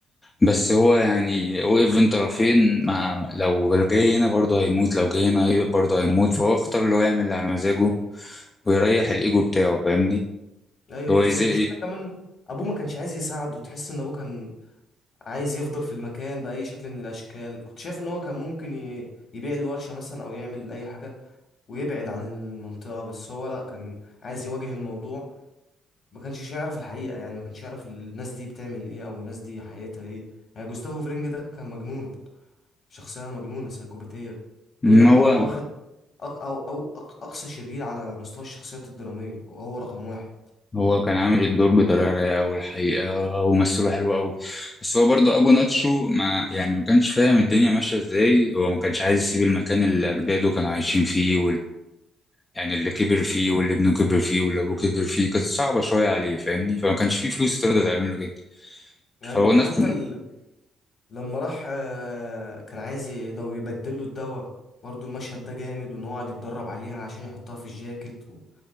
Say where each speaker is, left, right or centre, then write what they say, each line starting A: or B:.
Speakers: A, on the left; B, on the left.
A: بس هو يعني وقف بين طرفين مع لو جاي هنا برضه هيموت لو جاي هنا هي- برضه هيموت فهو اختار اللي هو يعمل اللي على مزاجه ويريح الايجو بتاعه فاهمني
B: ايوه
A: اللي
B: بالظبط
A: هو يزق
B: مش كده كمان ابوه ما كانش عايز يساعده تحس ان ابوه كان عايز يفضل في المكان باي شكل من الاشكال كنت شايف ان هو كان ممكن ي- يبيع الورشه مثلا او يعمل اي حاجه ويبعد عن المنطقه بس هو لا كان عايز يواجه الموضوع ما كانش يعرف الحقيقه يعني ما كانش يعرف الناس دي بتعمل ايه او الناس دي حقيقتها ايه يعني جوستافو فرينج ده كان مجنون شخصية مجنونة سايكوباتية بيقول
A: ما
B: لك
A: هو
B: إن هو واخد أق أو أو أق أقصى شرير على مستوى الشخصيات الدرامية وهو رقم واحد
A: هو كان عامل الدور بطريقه رايقه أوي الحقيقه ومثله حلو قوي بس هو برضه ابو ناتشو ما يعني ما كانش فاهم الدنيا ماشيه ازاي هو ما كانش عايز يسيب المكان اللي اجداده كانوا عايشين فيه يعني اللي كبر فيه واللي ابنه كبر فيه واللي ابوه كبر فيه كانت صعبة شوية عليه فاهمني فما كانش فيه فلوس تقدر تعمل له كده
B: أيوه
A: فهو الناس
B: حتى ال... لما راح آه، كان عايز يدو... يبدل له الدواء برضو المشهد ده جامد وإن هو قاعد يتدرب عليها عشان يحطها في الجاكيت و...